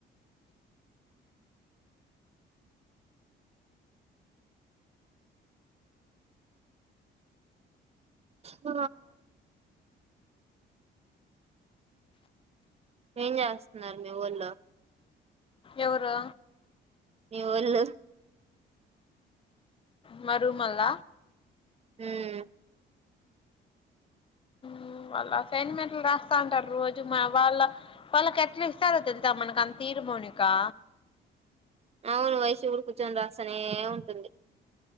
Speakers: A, on the right; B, on the left.
A: ఆ ఏం చేస్తున్నారు మీ వోళ్లు
B: ఎవరు
A: మీ వోళ్ళు
B: మా రూమ్ వోళ్ళ
A: ఉమ్
B: ఉమ్ వాళ్ళ అసైన్మెంట్లు రాస్తా ఉంటారు రోజు వాళ్ళ వాళ్ళకి ఎట్లా ఇస్తారో తెలుసా మనకి అంత తీర్ మోనికా
A: అవును వైషు కూడా కూర్చొని రాస్తానే ఉంటుంది